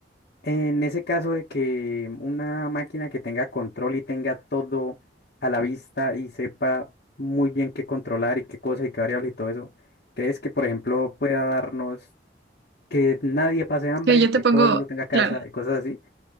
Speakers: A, on the left (about 60°); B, on the right (about 70°).
A: en ese caso de que mm, una máquina que tenga control y tenga todo a la vista y sepa muy bien qué controlar y qué cosa y qué variable y todo eso, ¿crees que, por ejemplo, pueda darnos que nadie pase hambre,
B: Que yo te
A: que
B: pongo,
A: todo el mundo tenga casa
B: claro,
A: y cosas así?